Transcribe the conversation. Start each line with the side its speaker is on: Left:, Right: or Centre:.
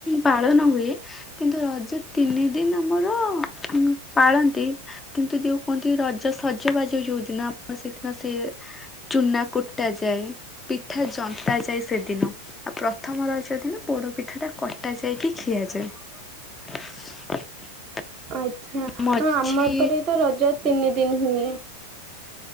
Left: ପାଳନ ହୁଏ କିନ୍ତୁ ରଜ ତିନି ଦିନ ଆମର ପାଳନ୍ତି। କିନ୍ତୁ ଯୋଉ କୁହନ୍ତି ରଜ ସଜ ବାଜ ଯୋଉଦିନ ନା ଆମର ସେଦିନ ସେ ଚୁନା କୁ ଟା ଯାଏ ପିଠା ଯନ୍ତା ଯାଏ ସେଦିନ। ଆଉ ପ୍ରଥମ ରଜ ଦିନ ପୋଡ ପିଠା ଟା କଟା ଯାଇକି ଖିଆଯାଏ। <inaudible>
Right: ଆଚ୍ଛା,
Left: ମଝି
Right: ହଁ ଆମ ଏପଟେ ତ ରଜ ତିନି ଦିନ ହୁଏ।